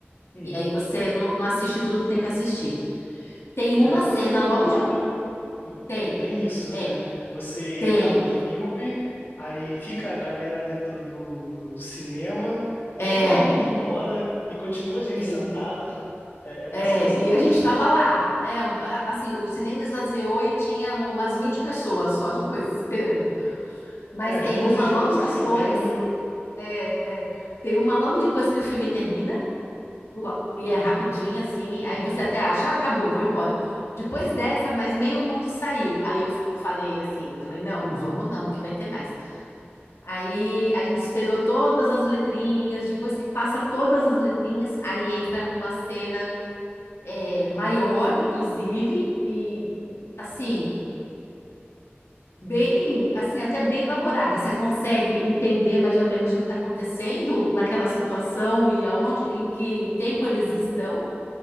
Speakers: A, on the left; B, on the left.
A: uhum.
B: e aí você não, não assiste tudo que tem que assistir. Tem uma
A: É, todo
B: cena
A: filme
B: logo
A: da Marvel
B: de
A: <laughs>
B: tem,
A: tem isso,
B: é,
A: né? Você
B: tem,
A: acaba o filme, aí fica a galera dentro do, do cinema, com
B: é,
A: todo mundo indo embora e continua a gente
B: e,
A: sentado. É, é uma
B: é,
A: situação
B: e
A: engraçada.
B: a gente tava lá. É, um, a- assim, o cinema esvaziou e tinha umas 20 pessoas só depois esperando. Mas
A: É, as
B: tem
A: luzes
B: uma logo
A: vão se
B: depois
A: acendendo,
B: É, é. Tem uma logo depois que o filme termina, lo- e
A: Uhum,
B: é rapidinho assim, aí você até acha, ah, acabou, vou embora. Depois dessa, mas meio mundo saiu. Aí eu falei assim, eu falei, não, não vamos não, porque vai ter mais. Aí a gente esperou todas as letrinhas, depois que passa todas as letrinhas, aí entra uma cena é, maior, inclusive, e assim, bem, assim, até bem elaborada. Você consegue entender mais ou menos o que está acontecendo naquela situação e aonde, em que tempo eles estão.